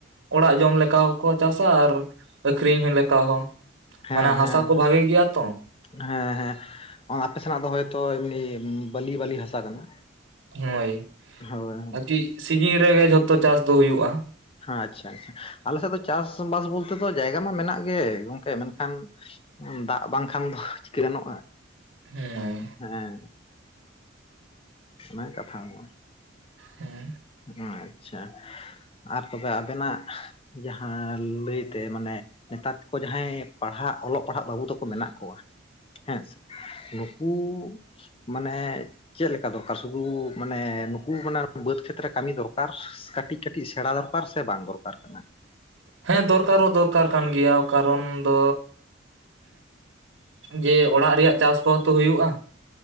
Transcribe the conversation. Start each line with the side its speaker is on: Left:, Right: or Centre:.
Right: ᱚᱲᱟᱜ ᱡᱚᱢ ᱞᱮᱠᱟ ᱦᱚᱸᱠᱚ ᱪᱟᱥᱟ ᱟᱨ ᱟᱹᱠᱷᱨᱤᱧ ᱦᱚᱸ ᱞᱮᱠᱟ ᱦᱚᱸ᱾
Left: ᱦᱮᱸ
Right: ᱢᱟᱱᱮ
Left: ᱦᱮᱸ
Right: ᱦᱟᱥᱟ ᱠᱚ ᱵᱷᱟᱜᱮ ᱜᱮᱭᱟ ᱛᱚ
Left: ᱦᱮᱸ᱾ ᱦᱮᱸ ᱦᱮᱸ ᱚᱸ ᱟᱯᱮ ᱥᱮᱱᱟᱜ ᱫᱚ ᱦᱚᱭᱛᱚ ᱮᱢᱱᱤ ᱵᱟᱹᱞᱤ ᱵᱟᱹᱞᱤ ᱦᱟᱥᱟ ᱠᱟᱱᱟ᱾
Right: ᱦᱳᱭ,
Left: ᱦᱳᱭ
Right: ᱟᱨᱠᱤ ᱥᱤᱡᱤᱱ ᱨᱮᱜᱮ ᱡᱷᱚᱛᱚ ᱪᱟᱥ ᱫᱚ ᱦᱩᱭᱩᱜᱼᱟ᱾
Left: ᱟᱪᱪᱷᱟ, ᱟᱞᱮ ᱥᱮᱜ ᱫᱚ ᱪᱟᱥ ᱵᱟᱥ ᱵᱚᱞᱛᱮ ᱫᱚ ᱡᱟᱭᱜᱟ ᱢᱟ ᱢᱮᱱᱟᱜ ᱜᱮ ᱜᱚᱝᱠᱮ ᱢᱮᱱᱠᱷᱟᱱ, ᱫᱟᱜᱽ ᱵᱟᱝᱠᱷᱟᱱ ᱫᱚ ᱪᱤᱠᱟᱹ ᱜᱟᱱᱚᱜᱼᱟ᱾
Right: ᱦᱮᱸ
Left: ᱦᱮᱸ ᱦᱮᱸ, ᱚᱱᱟᱜᱮ ᱠᱟᱛᱷᱟ ᱫᱚ᱾
Right: ᱦᱩᱸ,
Left: ᱚᱸ ᱟᱪᱪᱷᱟ, ᱟᱨ ᱛᱚᱵᱮ ᱟᱵᱮᱱᱟᱜ ᱡᱟᱦᱟᱸ ᱞᱟᱹᱭᱛᱮ ᱢᱟᱱᱮ ᱱᱮᱛᱟᱨ ᱠᱚ ᱡᱟᱦᱟᱸᱭ ᱯᱟᱲᱦᱟᱜ ᱚᱞᱚᱜ ᱯᱟᱲᱦᱟᱜ ᱵᱟᱹᱵᱩ ᱛᱟᱠᱚ ᱢᱮᱱᱟᱜ ᱠᱚᱣᱟ ᱦᱮᱸ ᱥᱮ᱾ ᱱᱩᱠᱩ ᱢᱟᱱᱮ ᱪᱮᱫ ᱞᱮᱠᱟ ᱫᱚᱨᱠᱟᱨ ᱥᱩᱫᱩ ᱢᱟᱱᱮ ᱱᱩᱠᱩ ᱢᱟᱱᱮ ᱵᱟᱹᱫᱽ ᱠᱷᱮᱛᱨᱮ ᱠᱟᱹᱢᱤ ᱫᱚᱨᱠᱟᱨ? ᱠᱟᱹᱴᱤᱜ ᱠᱟᱹᱴᱤᱜ ᱥᱮᱬᱟ ᱫᱚᱨᱠᱟᱨ ᱥᱮ ᱵᱟᱝ ᱫᱚᱨᱠᱟᱨ ᱠᱟᱱᱟ?
Right: ᱦᱮᱸ ᱫᱚᱨᱠᱟᱨ ᱦᱚᱸ ᱫᱚᱨᱠᱟᱨ ᱠᱟᱱ ᱜᱮᱭᱟ᱾ ᱠᱟᱨᱚᱱ ᱫᱚ ᱡᱮ ᱚᱲᱟᱜ ᱨᱮᱭᱟᱜ ᱪᱟᱥ ᱠᱚᱦᱚᱸ ᱛᱚ ᱦᱩᱭᱩᱜᱼᱟ᱾